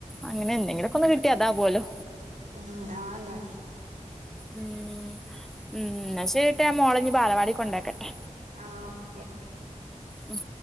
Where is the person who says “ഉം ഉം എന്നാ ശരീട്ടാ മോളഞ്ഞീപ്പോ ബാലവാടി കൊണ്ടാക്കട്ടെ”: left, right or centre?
Centre